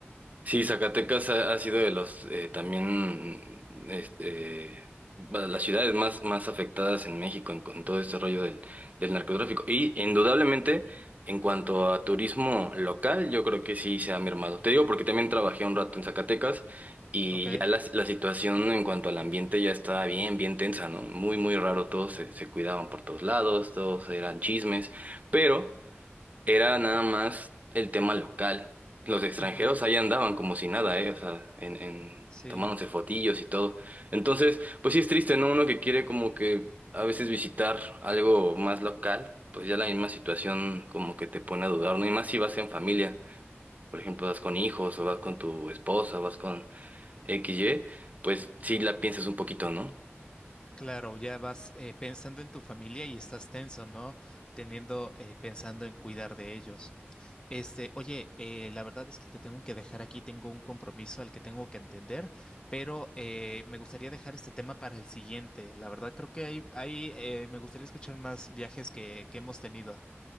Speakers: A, on the right; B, on the left.
A: Sí, Zacatecas ha, ha sido de los eh, también este, bueno, las ciudades más, más afectadas en México en, con todo este rollo del, del narcotráfico. Y indudablemente, en cuanto a turismo local, yo creo que sí se ha mermado. Te digo porque también trabajé un rato en Zacatecas y
B: Ok.
A: ya la, la situación en cuanto al ambiente ya estaba bien, bien tensa, ¿no? Muy, muy raro, todos se, se cuidaban por todos lados, todos eran chismes, pero... Era nada más el tema local. Los extranjeros
B: Ujú.
A: ahí andaban como si nada, ¿eh? O sea, en, en
B: Sí.
A: tomándose fotillos y todo. Entonces, pues sí es triste, ¿no? Uno que quiere como que a veces visitar algo más local, pues ya la misma situación como que te pone a dudar, ¿no? Y más si vas en familia, por ejemplo, vas con hijos o vas con tu esposa, vas con XY, pues sí la piensas un poquito, ¿no?
B: Claro, ya vas eh, pensando en tu familia y estás tenso, ¿no? Teniendo, eh, pensando en cuidar de ellos. Este, oye, eh, la verdad es que te tengo que dejar aquí, tengo un compromiso al que tengo que entender, pero eh, me gustaría dejar este tema para el siguiente. La verdad creo que hay, hay, eh, me gustaría escuchar más viajes que, que hemos tenido.